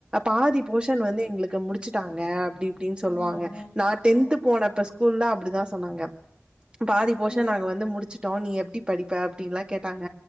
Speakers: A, on the right; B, on the left.
A: பாதி போஷன் வந்து எங்களுக்கு முடி ச்சிட்டாங்க அப்டி இப்டின்னு
B: ம்,
A: சொல்லுவாங்க
B: ம்,
A: நா டென்த்து
B: ம்.
A: போனப்ப ஸ்கூல்ல அப்டிதா சொன்னாங்க பாதி போஷன்
B: ம்.
A: நாங்க வந்து முடிச்சு ட்டோ நீ எப்டி படிப்ப அப்டின்னுல்லா கேட்டாங்க